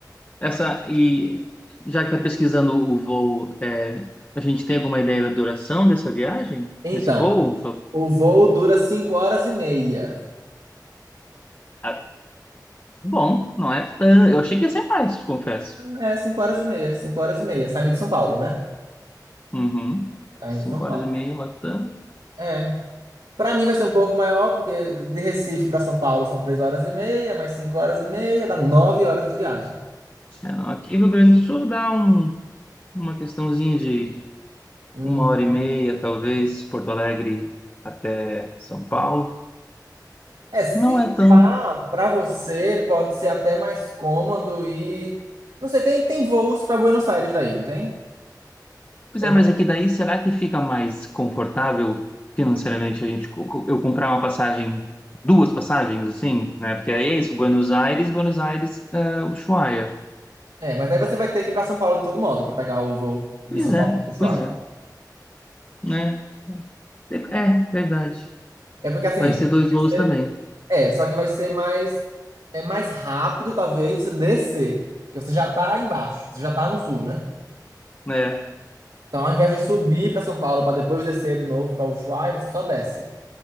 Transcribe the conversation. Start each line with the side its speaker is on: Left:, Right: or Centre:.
Left: Essa e já que tá pesquisando o voo, é, a gente tem alguma ideia da duração dessa viagem,
Right: Então,
Left: desse voo?
Right: o voo dura 5 horas e meia.
Left: Ah, Bom, não é tão, eu achei que ia ser mais, te confesso.
Right: É, 5 horas e meia, cinco horas e meia, saindo de São Paulo, né?
Left: Uhum.
Right: Saindo
Left: Cinco
Right: de São Paulo.
Left: horas e meia, Latam.
Right: É. Para mim vai ser um pouco maior, porque de Recife para São Paulo são três horas e meia, mais cinco horas e meia, dá nove horas de viagem.
Left: É, não, aqui no Rio Grande do Sul dá um- uma questãozinha de
Right: Hum.
Left: uma hora e meia, talvez, Porto Alegre até São Paulo.
Right: É, se
Left: Não é tão.
Right: pá, para você pode ser até mais cômodo ir. Não sei, tem, tem voos para Buenos Aires daí, não tem?
Left: Pois
Right: Ou
Left: é,
Right: não?
Left: mas aqui daí será que fica mais confortável financeiramente a gente co- co- eu comprar uma passagem, duas passagens, assim, né? Porque é isso, Buenos Aires, Buenos Aires, uh, Ushuaia.
Right: É, mas aí você vai ter que ir pra São Paulo de todo modo, para pegar o voo de
Left: Pois
Right: São Paulo
Left: é,
Right: para Ushuaia.
Left: pois é, né? É, verdade.
Right: É porque assim,
Left: Vai ser dois voos
Right: você-
Left: também,
Right: é, só que vai ser mais, é mais rápido, talvez, você descer. Porque você já tá embaixo, você já tá no sul, né?
Left: né?
Right: Então, ao invés de subir para São Paulo para depois descer de novo para Ushuaia, você só desce.